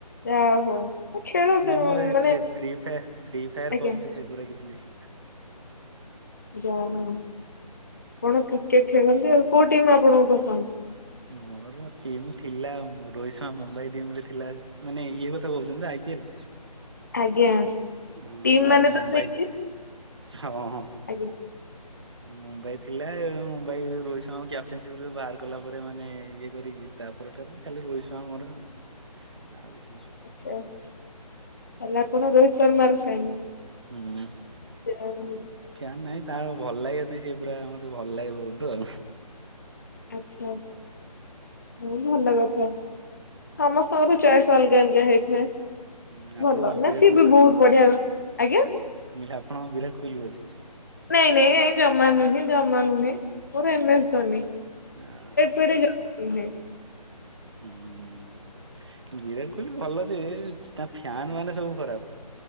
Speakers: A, on the left (about 25°); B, on the right (about 45°).
A: ଯା ହଉ। ଖେଳ
B: ନା ମୋର ଏଇ
A: ମାନେ
B: ଫି ଫ୍ରି ଫାୟାର
A: ଆଜ୍ଞା
B: ପବଜି ସେଗୁଡା କିଛି ନାହିଁ।
A: ଯାହା ହଉ ଆପଣ କ୍ରିକେଟ ଖେଳନ୍ତି ଆଉ କୋଉ ଟିମ୍ ଆପଣଙ୍କୁ ପସନ୍ଦ?
B: ମୋର ଟିମ୍ ଥିଲା ମୋ ରୋହିତ ଶର୍ମା ମୁମ୍ବାଇ ଟିମରେ ଥିଲା। ମାନେ ଇଏ କଥା କହୁଛନ୍ତି ତ ଆଇ ପି ଏଲ୍।
A: ଆଜ୍ଞା।
B: ଉଁ
A: ଟିମ୍
B: ଆଉ
A: ମାନେ
B: ମୁମ୍ବାଇ
A: ତ ସେଇ
B: ହଁ ହଁ।
A: ଆଜ୍ଞା
B: ମୁମ୍ବାଇ ଥିଲା ମୁମ୍ବାଇ ରୋହିତ ଶର୍ମାଙ୍କୁ କ୍ୟାପ୍ଟେନସିପରୁ ବାହାର କଲା ପରେ ମାନେ ଇଏ କରିକି ତା ପର ଠାରୁ ଖାଲି ରୋହିତ ଶର୍ମା ମୋର ଆଉ କିଛି ନାହିଁ।
A: ଆଚ୍ଛା ତାହେଲେ ଆପଣ ରୋହିତ ଶର୍ମାର ଫ୍ୟାନ।
B: ହୁଁ।
A: ଯାହାହଉ।
B: ଫ୍ୟାନ୍ ନାଇଁ ତାର ଭଲ ଲାଗେ ସେଇଥିପାଇଁ ସିଏ ପୁରା ମତେ ଭଲ ଲାଗେ ବହୁତୁ ଆଉ।
A: ଆଚ୍ଛା ବହୁତ୍ ଭଲ କଥା ସମସ୍ତଙ୍କର ଚୟେସ୍ ଅଲଗା ଅଲଗା ହେଇଥାଏ
B: ହୁଁ ଆପଣଙ୍କ
A: ଭଲ
B: ବିରାଟ
A: ନା ସିଏ ବି ବହୁତ ବଢିଆ ଆଜ୍ଞା।
B: <unintelligible> ଆପଣ ବିରାଟ କୋହିଲି ବୋଧେ?
A: ନାଇଁ ନାଇଁ ଏଁ ଜମା ନୁହେଁ ଜମା ନୁହେଁ ମୋର ଏମ ଏସ୍ ଧୋନି।
B: ଆ ହା।
A: <unintelligible>
B: ହୁଁ ବିରାଟ କୋହଲି ଭଲ ଯେ ତା ଫ୍ୟାନମାନେ ସବୁ ଖରାପ।